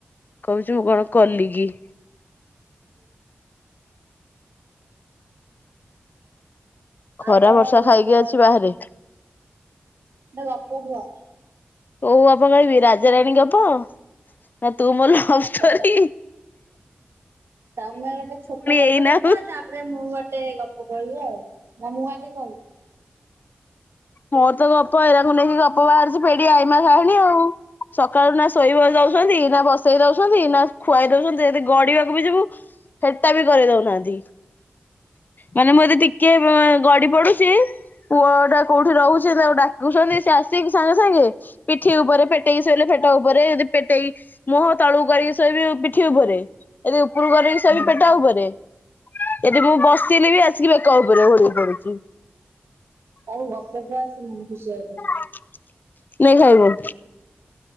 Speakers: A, on the left; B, on the right.
A: କହୁଚି ମୁଁ କଣ କଲି କି। ଖରା
B: ଆଉ କଣ
A: ବର୍ଷା
B: ଗୋଟେ
A: ଖାଇକି
B: ଗପ
A: ଅଛି
B: କହିଲ
A: ବାହାରେ।
B: <unintelligible>
A: କଉ ଗପ କହିବି ରାଜାରାଣୀ ଗପ? ନା ତୁ ମୋ ଲଭଷ୍ଟୋରି।
B: ତମେ ତମେ ଗୋଟେ ଛୋଟ ଗପ
A: ଏଇନା
B: ଟେ କୁହ ଚା ପରେ ମୁଁ ଗୋଟେ ଗପ କହିବି ଆଉ ନା ମୁଁ ଆଗେ କହିବି?
A: ମୋର ତ ଗପ ଏରାକୁ ନେଇକି ଗପ ବାହାରୁଚି ଫେଡି ଆଇମା କାହାଣୀ ଆଉ ସକାଳୁ ନା ଶୋଇବା ଦଉସନ୍ତି ନା ବସେଇ ଦଉସନ୍ତି ନା ଖୁଆଇ ଦଉସନ୍ତି ଯଦି ଗଡିବାକୁ ବି ଯିବୁ ହେଟା ବି କରେଇ ଦଉନାହାନ୍ତି। ମାନେ ମୁଁ ଯଦି ଟିକେ ଗଡି ପଡୁଚି ପୁଅ ଟା କଉଠି ରହୁଚି ତାକୁ ଡାକ୍ କୁ ସନ୍ତି ସେ ଆସିକି ସାଙ୍ଗେ ସାଙ୍ଗେ ପିଠି ଉପରେ ପେଟେଇ ଶୋଇଲେ ପେଟ ଉପରେ ଯଦି ପେଟେଇ ମୁହଁ ତଳୁକୁ କରି ଶୋଇବି ପିଠି ଉପରେ ଏ ଦି ଉପରକୁ କରକି ସେ
B: ହୁଁ
A: ବି ପେଟ ଉପରେ ଏଠି ମୁଁ ବସେଲି ବି ଆସିକି ବେକ ଉପରେ ଓହଳି ପଡୁଚି।
B: ଆଉ ଗପ ତ ଆସି ମନେ ଖୁସି ହେଇଥାଉ।
A: <inaudible>